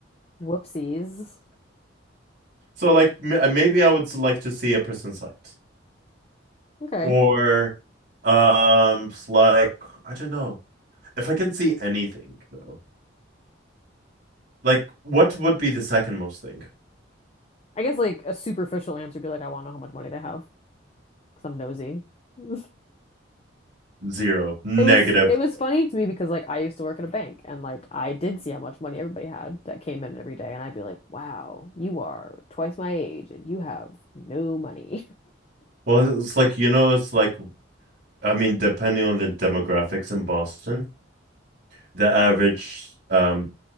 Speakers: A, on the left (about 30°); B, on the right (about 55°).
A: Whoopsies.
B: So like m- uh, maybe I would like to see a prison site
A: Okay.
B: or um like I don't know. If I can see anything though. Like what would be the second most thing?
A: I guess like a superficial answer would be like, I want to know how much money they have because I'm nosy. <laughs>
B: Zero. Negative.
A: It was it was funny to me because like I used to work at a bank and like I did see how much money everybody had that came in every day and I'd be like, "Wow, you are twice my age and you have no money."
B: Well, it's like you know it's like I mean depending on the demographics in Boston, the average um